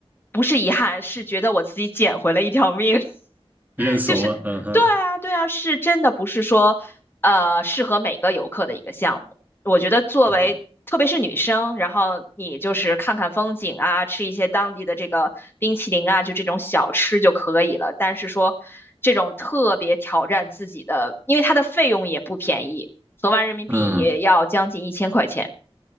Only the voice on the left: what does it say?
不是遗憾，是觉得我自己捡回了一条命。<laughs>
就是，
对啊，对啊，是真的不是说，呃，适合每个游客的一个项目。我觉得作为特别是女生，
然后你就是看看风景啊，吃一些当地的这个冰淇淋啊，就这种小吃就可以了。但是说这种特别挑战自己的，因为它的费用也不便宜，合完人民币也要将近一千块钱。